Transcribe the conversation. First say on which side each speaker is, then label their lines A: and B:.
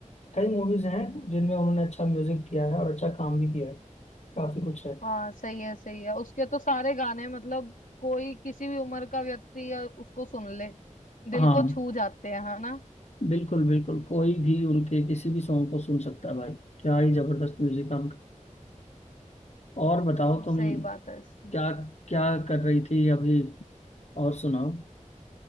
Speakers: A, on the left (about 55°); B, on the left (about 80°).
A: कई मूवीज हैं जिनमें उन्होंने अच्छा म्यूजिक दिया है और अच्छा काम भी किया है काफी कुछ है
B: हाँ सही है सही है उसके तो सारे गाने मतलब कोई किसी भी उम्र का व्यक्ति या उसको सुन ले दिल
A: हाँ
B: को छू जाते हैं है ना
A: बिल्कुल बिल्कुल कोई भी उनके किसी भी सॉन्ग को सुन सकता है भाई क्या ही जबरदस्त म्यूजिक काम कर और बताओ तुम
B: सही बात है इसकी
A: क्या क्या कर रही थी अभी और सुनाओ